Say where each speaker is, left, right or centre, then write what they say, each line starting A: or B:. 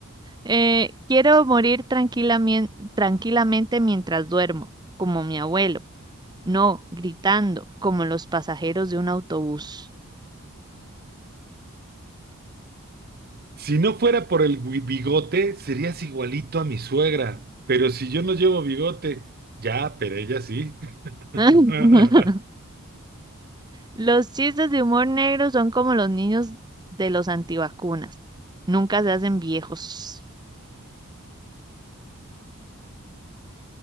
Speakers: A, on the right; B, on the right.
A: Eh, quiero morir tranquilamente, tranquilamente mientras duermo, como mi abuelo. No, gritando, como los pasajeros de un autobús.
B: Si no fuera por el gui- bigote, serías igualito a mi suegra. Pero si yo no llevo bigote, ya, pero ella sí. <laughs>
A: <laughs> Los chistes de humor negro son como los niños de los antivacunas. Nunca se hacen viejos.